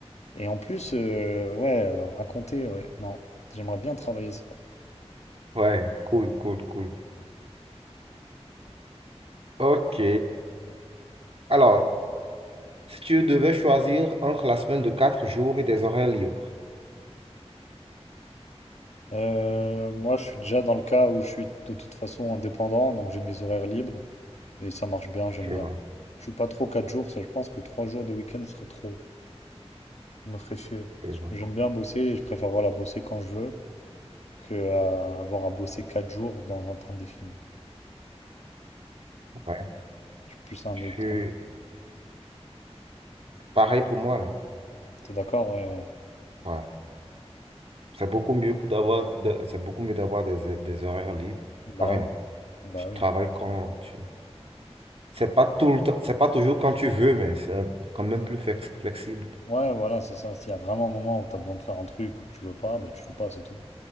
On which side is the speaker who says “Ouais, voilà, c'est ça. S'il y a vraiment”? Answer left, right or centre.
Left